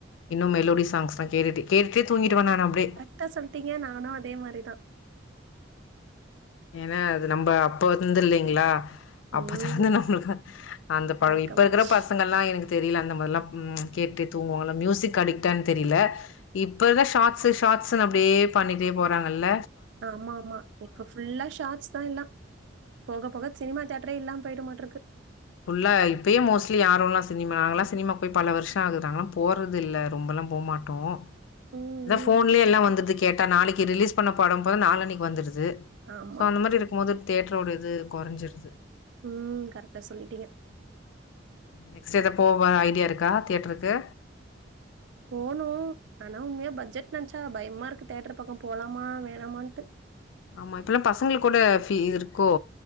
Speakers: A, on the left (about 80°); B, on the right (about 70°).
A: இன்னு மெலோடி சாங்ஸ்ல்லா கேட்டுடே கேட்டே தூங்கிடுவே நானு அப்டே
B: டா சொல்ட்டீங்க நானு அதே மாரிதா
A: ஏனா அது நம்ப அப்ப வந்ததுல்லீங்ளா அப்பதலந்து
B: ம்
A: நம்புளுக்ல அந்த பழ்ய
B: பழக்கமாச்சு
A: இப்ப இருக்கிற பசங்கள்லா எனக் தெரில அந்த மாதிர்ல்லா ம் கேட்டு தூங்குவோல மியூசிக் அடிக்டான் தெரில இப்பதா ஷார்ட்ஸ்ஸு ஷார்ட்ஸுனு அப்டியே பண்ணிட்டே போறாங்கள்ள
B: ஆமாமா இப்ப ஃபுல்லா ஷாட்ஸ் தா எல்லா போக போக சினிமா தேட்ரே இல்லாம போயிடுமாட்ருக்கு
A: ஃபுல்ல இப்பயு மோஸ்ட்லி யாருலா சினிமா நாங்களா சினிமாக் போய் பல வர்ஷ ஆகுது நாங்ளா போறதில்ல ரொம்பலா போமாட் டோம்
B: ம்
A: அதா
B: ம்
A: போன்லே எல்லா வந்திட்து கேட்டா நாளைக்கு ரிலீஸ் பண்ண படம் போ நாலன்னைக் வந்துர்து இப்ப
B: ஆமா
A: அந்த மாரி இருக்கும்போது தேட்ரோட இது குறைஞ்சிருது
B: ம் கர்டா சொல்ட்டீங்க
A: நெக்ஸ்ட்டு எதா போவ ஐடியா இருக்கா தியேட்ருக்கு
B: போணு ஆனா உண்மையா பட்ஜெட் நென்ச்சா பயமா இருக்கு தேட்ரு பக்கம் போலாமா வேணாமான்ட்டு
A: ஆமா இப்பலா பசங்களுக் கூட பீ இது இருக்கோ